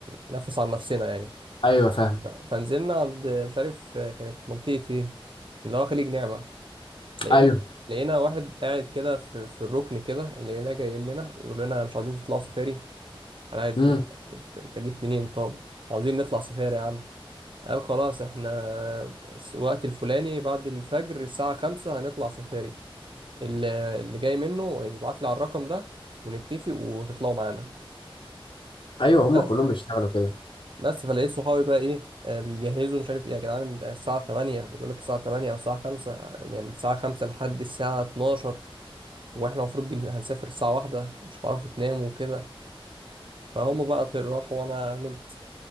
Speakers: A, on the right; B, on the left.
A: بننفس عن نفسنا يعني
B: ايوه فاهم
A: ف- فنزلنا عند مش عارف آه، كانت منطقة ايه اللي هو خليج نعمة لقينا
B: ايوه
A: لقينا واحد قاعد كده في, في الركن كده لقيناه جاي لنا يقول لنا مش عايزين تطلعوا سفاري انا عايز
B: امم
A: انت أنت جيت منين طب عاوزين نطلع سفاري يا عم قال خلاص احنا الوقت الفلاني بعد الفجر الساعة خمسة هنطلع سفاري ال- اللي جاي منه يبعت لي على الرقم ده ونتفق وتطلعوا معانا
B: ايوه هم
A: بس
B: كلهم بيشتغلوا كده
A: بس فلقيت صحابي بقى ايه آه، بيجهزوا مش عارف ايه يا جدعان ده الساعة 8 بيقول لك الساعة 8 او الساعة 5 يعني من الساعة 5 لحد الساعة 12 واحنا المفروض بن- هنسافر الساعة واحدة مش هتعرفوا تناموا وكده فهم بقى راحوا وانا نمت